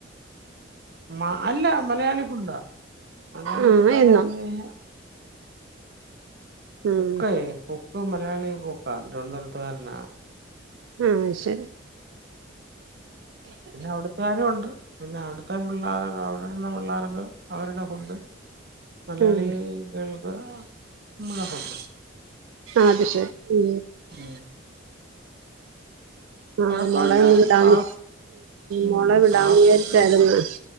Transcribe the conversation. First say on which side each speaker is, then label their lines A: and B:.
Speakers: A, on the right; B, on the right.
A: മ അല്ല മലയാളി ഫുഡാാ മലയാളി
B: ആ
A: ഫുഡ് ആണെന്ന്
B: എന്നും
A: പറഞ്ഞു കഴിഞ്ഞാൽ
B: ഉം
A: കൊക്കയ കൊക്ക് മലയാളി കൊക്ക തിരുവനന്തപുരത്ത്ുകാരനാ
B: ആഹ ശരി
A: പിന്നെ അവിടത്തുകാരമ ഉണ്ട് പിന്നെ അവിടുത്തെ പിള്ളോരക്കെ അ അവരുടെ പിള്ളേർക്ക് അവരുടെ ഫുണ്ട് മലയാളികൾക്ക്
B: ഉം
A: നമ്മളെ ഫുഡ്
B: അത് ശരി ഉ
A: ഉം
B: ആഹ്
A: കുഴപ്പമില്ല
B: മോളേ വിടാന്ന്
A: ക്ലാസ് ഉം
B: മോളെ വിടാന്ന്
A: ക്ലാസ്സും
B: വിചാരിച്ചായിരുന്നു
A: കൊ